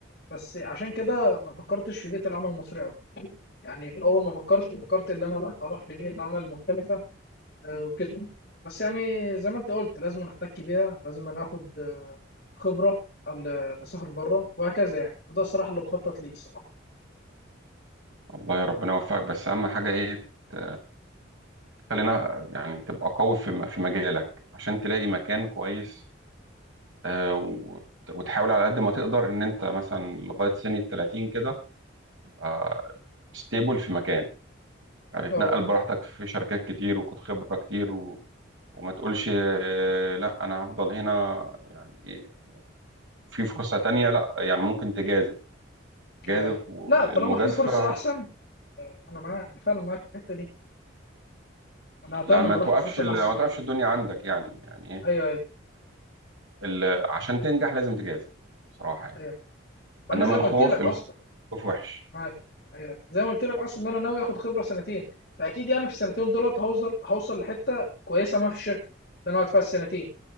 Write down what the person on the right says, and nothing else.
الله يا ربنا يوفقك بس اهم حاجة ايه ت- خلينا يعني تبقى قوي في م- في مجالك عشان تلاقي مكان كويس آه، وت- وتحاول على قد ما تقدر ان انت مثلا لغايه سن ال 30 كده تبقى ستيبل في مكان يعني تنقل
براحتك في شركات كتير وخد خبره كتير و... وما تقولش آه، لا انا هفضل هنا يعني إيه، في فرصه تانية لا يعني ممكن تجازف جازف
والمجازفه
لا
ما
توقفش
ال-
ما توقفش الدنيا عندك يعني يعني ايه
ال... عشان تنجح لازم تجازف بصراحه يعني
انما
الخوف
الخ-
الخوف وحش